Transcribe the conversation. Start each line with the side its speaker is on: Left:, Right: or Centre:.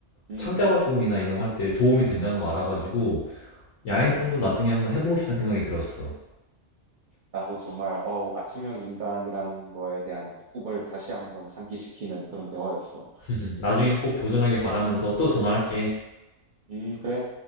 Right: 음.
Left: 창작 활동이나 이런 거 할 때 도움이 된다는 거 알아가지고,
Right: 음,
Left: 야외송도
Right: 음.
Left: 나중에 한번 해보고 싶다는 생각이 들었어.
Right: 나도 정말, 어 아침형 인간이라는 거에 대한 꿈을 다시 한번 상기시키는 그런 대화였어.
Left: <laughs> 나중에 꼭 도전하길 바라면서 또 전화할게.
Right: 음, 그래.